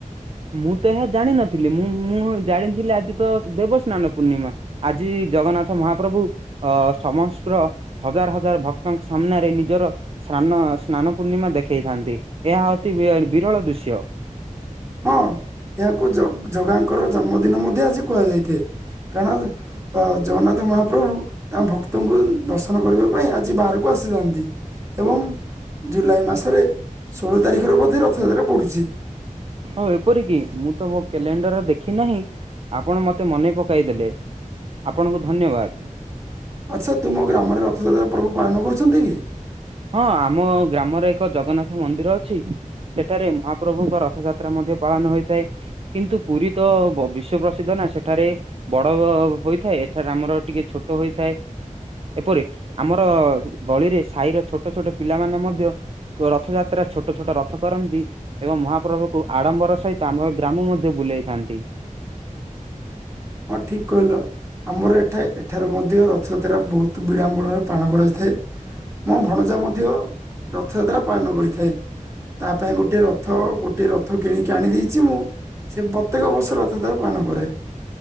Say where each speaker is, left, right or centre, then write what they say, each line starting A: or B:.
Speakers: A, on the right; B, on the right.
A: ମୁଁ ତ ଏହା ଜାଣିିନଥିଲି ମୁଁ ମୁଁ ଜାଣିଥିଲି ଆଜି ତ ଦେବସ୍ନାନ ପୂର୍ଣ୍ଣିମା। ଆଜି ଜଗନ୍ନାଥ ମହାପ୍ରଭୁ ଅ ସମସ୍ର ହଜାର ହଜାର ଭକ୍ତଙ୍କ ସାମ୍ନାରେ ନିଜର ସ୍ରାନ ସ୍ନାନ ପୂର୍ଣ୍ଣିମା ଦେଖେଇଥାନ୍ତି ଏହା ଅତି ବି-ବିରଳ ଦୃଶ୍ୟ।
B: ହଁ ଏହାକୁ ଜଗ-ଜଗାଙ୍କର ଜନ୍ମଦିନ ମଧ୍ୟ ଆଜି କୁହାଯାଇଥାଏ କାରଣ ଅ ଜଗନ୍ନାଥ ମହାପ୍ରଭୁ ତାଙ୍କ ଭକ୍ତଙ୍କୁ ଦର୍ଶନ କରିବା ପାଇଁ ଆଜି ବାହାରକୁ ଆସିଥାନ୍ତି। ଏବଂ ଜୁଲାଇ ମାସରେ ଷୋଳ ତାରିଖରେ ବୋଧେ ରଥଯାତ୍ରା ପଢୁଛି।
A: ହଁ ଏପରି କିି ମୁଁ ତ ମୋ କ୍ୟାଲେଣ୍ଡର ଦେଖି ନାହିଁ ଆପଣ ମତେ ମନେ ପକାଇ ଦେଲେ। ଆପଣଙ୍କୁ ଧନ୍ୟବାଦ।
B: ଆଚ୍ଛା ତୁମ ଗ୍ରାମରେ ରଥଯାତ୍ରା ପର୍ବ ପାଳନ କରୁଛନ୍ତି କି?
A: ହଁ ଆମ ଗ୍ରାମରେ ଏକ ଜଗନ୍ନାଥ ମନ୍ଦିର ଅଛି। ସେଠାରେ ମହାପ୍ରଭୁଙ୍କ ରଥଯାତ୍ରା ମଧ୍ୟ ପାଳନ ହୋଇଥାଏ। କିନ୍ତୁ ପୁରୀ ତ ବିଶ୍ଵ ପ୍ରସିଦ୍ଧ ନା ସେଠାରେ ବଡ ହୋଇଥାଏ ଏଥର ଆମର ଟିକେ ଛୋଟ ହୋଇଥାଏ। ଏପରି ଆମର ଗଳିରେ ସାହିର ଛୋଟ ଛୋଟ ପିଲାମାନେ ମଧ୍ୟ ରଥଯାତ୍ରା ଛୋଟ ଛୋଟ ରଥ କରନ୍ତି। ଏବଂ ମହାପ୍ରଭୁକୁ ଆଡ଼ମ୍ବର ସହିତ ଆମର ଗ୍ରାମ ମଧ୍ୟ ବୁଲେଇଥାନ୍ତି।
B: ହଁ ଠିକ କହିଲ। ଆମର ଏଠା ଏଠାରେ ମଧ୍ୟ ରଥଯାତ୍ରା ବହୁତ ବିଡ଼ବଳରେ ପାଳନ କରାଯାଇଥାଏ। ମୋ ଭଣଜା ମଧ୍ୟ ରଥଯାତ୍ରା ପାଳନ କରିଥାଏ। ତା ପାଇଁ ଗୋଟେ ରଥ ଗୋଟେ ରଥ କିଣିକି ଆଣି ଦେଇେଛି ମୁଁ। ସେ ପ୍ରତ୍ୟେକ ବର୍ଷ ରଥଯାତ୍ରା ପାଳନ କରେ।